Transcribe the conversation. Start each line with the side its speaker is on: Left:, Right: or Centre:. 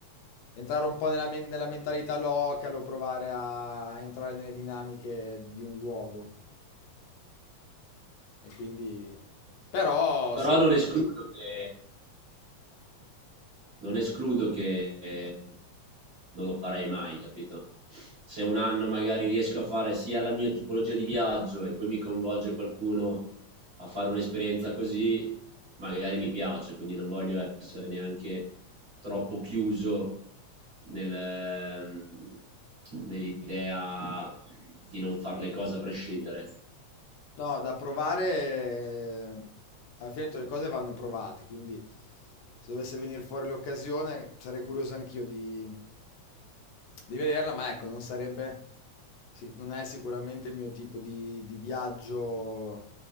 Left: entrare un po' nella, men- nella mentalità localo, provare a entrare nelle dinamiche di un luogo. E quindi... Però
Right: Però
Left: sì,
Right: non escludo che non escludo che eh, non lo farei mai, capito? Se un anno magari riesco a fare sia la mia tipologia di viaggio e poi mi coinvolge qualcuno a fare un'esperienza così, magari mi piace, quindi non voglio essere neanche troppo chiuso nel, ehm, nell'idea di non fare le cose a prescindere.
Left: No, da provare, eh, alla fine tutte le cose vanno provate, quindi se dovesse venire fuori l'occasione sarei curioso anch'io di, di vederla, ma ecco, non sarebbe, sic- non è sicuramente il mio tipo di, di viaggio